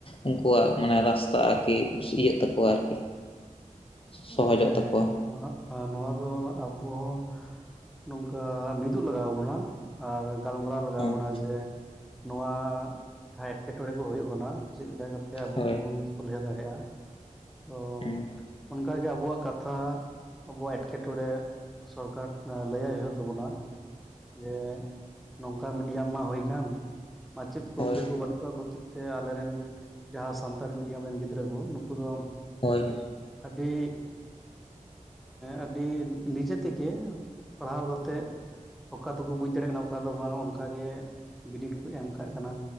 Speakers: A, on the left (about 45°); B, in the centre.
A: ᱩᱱᱠᱩᱣᱟᱜ ᱢᱟᱱᱮ ᱨᱟᱥᱛᱟ ᱟᱨᱠᱤ ᱤᱭᱟᱹᱜ ᱛᱟᱠᱚᱣᱟ ᱟᱨᱠᱤ ᱥᱚᱦᱚᱡᱚᱜ
B: ᱩᱸ ᱦᱮᱸ
A: ᱛᱟᱠᱚᱣᱟ
B: ᱱᱚᱣᱟ ᱱᱚᱣᱟ ᱫᱚ ᱟᱵᱚ ᱦᱚᱸ ᱱᱚᱝᱠᱟ ᱢᱤᱫᱩᱜ ᱞᱟᱜᱟᱣ ᱵᱚᱱᱟ ᱟᱨ ᱜᱟᱞ ᱢᱟᱨᱟᱣ ᱞᱟᱜᱟᱣ
A: ᱦᱮᱸ
B: ᱵᱚᱱᱟ ᱡᱮ ᱱᱚᱣᱟ ᱡᱟᱦᱟᱸ ᱮᱴᱠᱮᱴᱚᱬᱮ ᱠᱚ ᱦᱩᱭᱩᱜ ᱠᱟᱱᱟ ᱪᱮᱫ ᱞᱮᱠᱟ ᱠᱟᱛᱮᱜ ᱟᱵᱚ
A: ᱦᱳᱭ
B: ᱵᱚᱱ ᱥᱚᱞᱦᱮ ᱫᱟᱲᱮᱭᱟᱜᱼᱟ᱾ ᱚ
A: ᱦᱩᱸ
B: ᱚᱱᱠᱟᱜᱮ ᱟᱵᱚᱣᱟᱜ ᱠᱟᱛᱷᱟ ᱟᱵᱩᱣᱟᱜ ᱮᱴᱠᱮᱴᱚᱬᱮ ᱥᱚᱨᱠᱟᱨ ᱞᱟᱹᱭᱟᱭ ᱦᱩᱭᱩᱜ ᱛᱟᱵᱚᱱᱟ ᱡᱮ ᱱᱚᱝᱠᱟ ᱢᱤᱰᱤᱭᱟᱢ ᱢᱟ ᱦᱩᱭ ᱠᱟᱱ ᱢᱟᱪᱮᱫ ᱠᱚ ᱜᱚᱝᱠᱮ
A: ᱦᱳᱭ
B: ᱠᱚ ᱵᱟᱹᱱᱩᱜ ᱠᱚᱣᱟ ᱠᱷᱚᱛᱤᱨ ᱛᱮ ᱟᱞᱮᱨᱮᱱ ᱡᱟᱦᱟᱸ ᱥᱟᱱᱛᱟᱲᱤ ᱢᱤᱰᱤᱭᱟᱢ ᱨᱮᱱ ᱜᱤᱫᱽᱨᱟᱹ ᱠᱚ ᱱᱩᱠᱩ ᱫᱚ
A: ᱦᱳᱭ
B: ᱟᱹᱰᱤ ᱟᱹᱰᱤ ᱱᱤᱡᱮ ᱛᱮᱜᱮ ᱯᱟᱲᱦᱟᱣ ᱠᱟᱛᱮᱫ ᱚᱠᱟ ᱫᱚᱠᱚ ᱵᱩᱡᱽ ᱫᱟᱲᱮᱭᱟᱜ ᱠᱟᱱᱟ ᱚᱠᱟ ᱫᱚ ᱵᱟᱝ ᱚᱱᱠᱟ ᱜᱮ ᱵᱤᱱᱤᱰ ᱠᱚ ᱮᱢ ᱠᱟᱜᱽ ᱠᱟᱱᱟ᱾